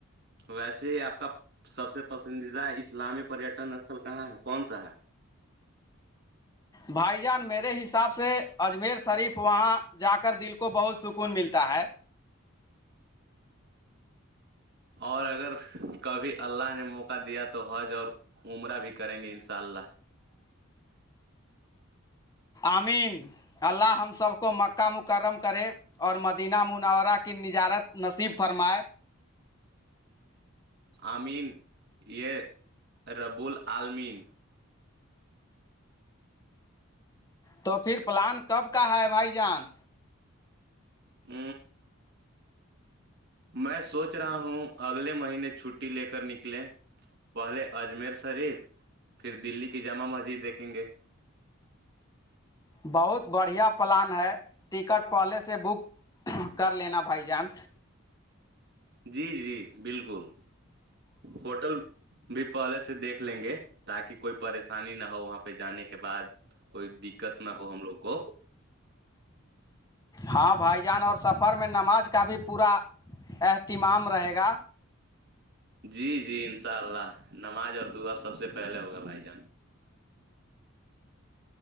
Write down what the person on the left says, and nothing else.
بھائی جان میرے حساب سے اجمیر شریف وہاں جا کر دل کو بہت سکون ملتا ہے
آمین اللہ ہم سب کو مکہ مکرم کرے اور مدینہ منورہ کی نجارت نصیب فرمائے
تو پھر پلان کب کا ہے بھائی جان
بہت بڑھیا پلان ہے ٹکٹ پہلے سے بک کر لینا بھائی جان
ہاں بھائی جان اور سفر میں نماز کا بھی پورا اہتمام رہے گا